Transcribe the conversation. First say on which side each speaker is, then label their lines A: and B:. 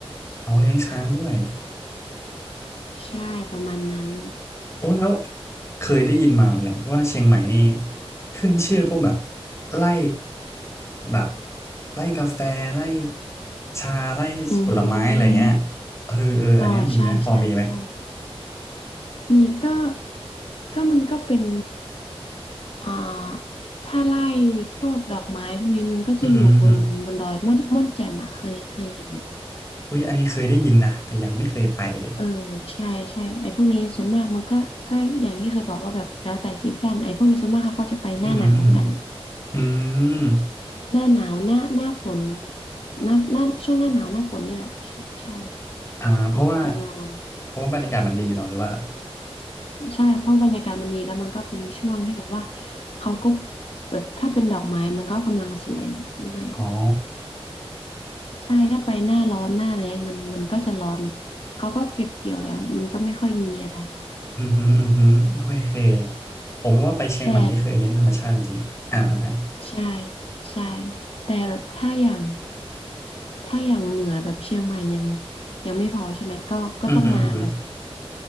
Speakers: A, on the left (about 30°); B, on the left (about 60°).
A: เอาเลี้ยงช้างด้วย
B: ใช่ประมาณนั้น
A: โอ้แล้วเคยได้ยินมาเหมือนกันว่าเชียงใหม่นี่ขึ้นชื่อพวกแบบไล่แบบไล่กาแฟไล่ชาไล่ผลไม้อะไรเงี้ย
B: อืม
A: เออเอออันเนี้ยมีไหมพอมีไหม
B: อ่าใช่ใช่ใช่ มีก็ก็มันก็เป็นอ่าถ้าไล่พวกดอกไม้พวกนี้มันก็จะอยู่บนบนดอยม่อนม่อนแจ่มอะเคยเคยเห็นไหม
A: อืม อุ้ยอันนี้เคยได้ยินนะแต่ยังไม่เคยไปเลย
B: เออใช่ใช่ไอ้พวกนี้ส่วนมากมันก็ก็อย่างที่เคยบอกว่าแบบแล้วแต่ซีซั่นไอ้พวกนี้ส่วนมากเขาก็จะไปหน้าหนาวกัน
A: อือหืออือหืออืม
B: หน้าหนาวหน้าหน้าฝนหน้าหน้าช่วงหน้าหนาวหน้าฝนนี่แหละใช่ใช่
A: อ่าเพราะว่า
B: แบบไปนอน
A: เพราะว่าบรรยากาศมันดีเนาะหรือว่า
B: ใช่เพราะบรรยากาศมันดีแล้วมันก็เป็นช่วงที่แบบว่าเขาก็แบบถ้าเป็นดอกไม้มันก็กำลังสวยด้วย
A: อ๋อ
B: ใช่ถ้าไปหน้าร้อนหน้าแล้งมันมันก็จะร้อนแบบเขาก็เก็บเกี่ยวแล้วมันก็ไม่ค่อยมีอะไร
A: อือหืออือหือโอเคผมว่าไปเชียงใหม่นี่เคยเน้นธรรมชาติจริงๆอ่าอ่า
B: แต่ใช่ใช่แต่แบบถ้าอย่างถ้าอย่างเหนือแบบเชียงใหม่ยังยังไม่พอใช่ไหมก็ก็ต้องมาแบบ
A: อือหืออือหือ